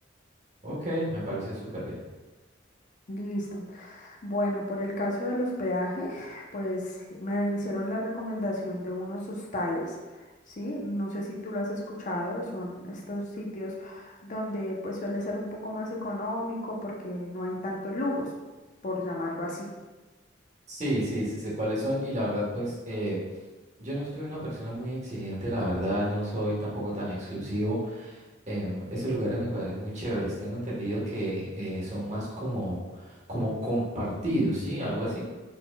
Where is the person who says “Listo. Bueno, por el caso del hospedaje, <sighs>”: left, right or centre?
Left